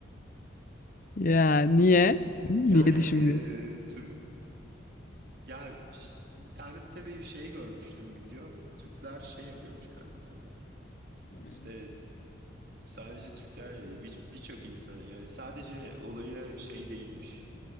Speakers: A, on the left (about 45°); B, on the right (about 55°).
A: Ya niye? Niye
B: Yani e,
A: düşünmüyorsun?
B: Türk ya ş- internette bir şey görmüştüm video. Türkler şey yapıyormuş kanka orada.
A: Hmm,
B: İşte sadece Türkler de değil bir- birçok insanı yani sadece olayı şey değilmiş.